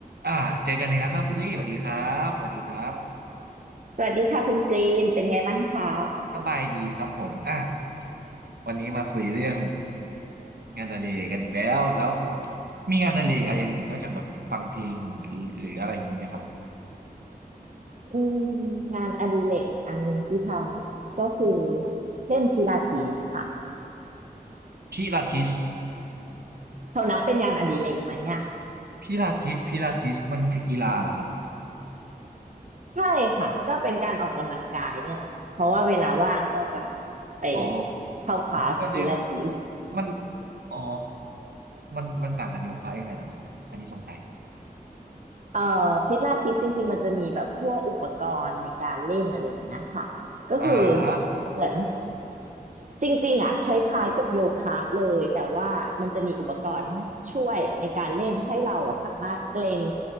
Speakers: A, on the right (about 80°); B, on the right (about 55°).
A: อ่าเจอกันอีกแล้วครับคุณลี่สวัสดีครับสวัสดีครับ
B: สวัสดีค่ะคุณกรีนเป็นไงบ้างคะ
A: สบายดีครับผมอ่ะวันนี้มาคุยเรื่องงานอดิเรกกันอีกแล้วแล้วมีงานอดิเรกอะไรอย่างอื่นนอกจากแบบฟังเพลงหรือหรืออะไรอย่างนี้ไหมครับ
B: อืมงานอดิเรกอีกอันหนึ่งที่ทำก็คือเล่นพิลาทิสค่ะ
A: พิลาทิส
B: เขานับเป็นงานอดิเรกไหมเนี่ย
A: พิลาทิสพิลาทิสมันคือกีฬาเหรอครับ
B: ใช่ค่ะก็เป็นการออกกำลังกายเนี่ยแหละค่ะเพราะว่าเวลาว่างก็จะไป
A: อ๋อ
B: เข้าคลาสพิลาทิส
A: ก็เรียกมันอ๋อมันมันต่างกับโยคะยังไงเหรอครับอันนี้สงสัย
B: เอ่อพิลาทิสจริงๆมันจะมีแบบพวกอุปกรณ์ในการเล่นอะไรอย่างเงี้ยค่ะก็คือ
A: อ่าฮะ
B: เหมือน จริงๆอ่ะคล้ายๆกับโยคะเลยแต่ว่ามันจะมีอุปกรณ์ช่วยในการเล่นให้เราอะสามารถเกรง